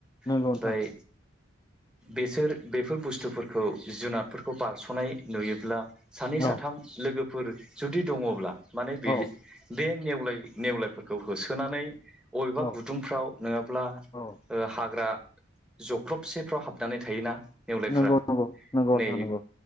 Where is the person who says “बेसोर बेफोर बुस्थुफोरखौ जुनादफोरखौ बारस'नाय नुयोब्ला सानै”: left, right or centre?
Centre